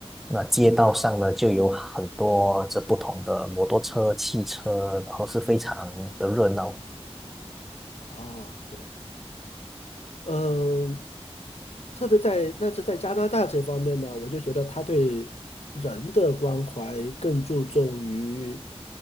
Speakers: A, in the centre; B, on the left.
A: 那街道上呢，就有很多这不同的摩托车、汽车，然后是非常的热闹。
B: 哦对，嗯，特别在但是在加拿大这方面呢，我就觉得他对人的关怀更注重于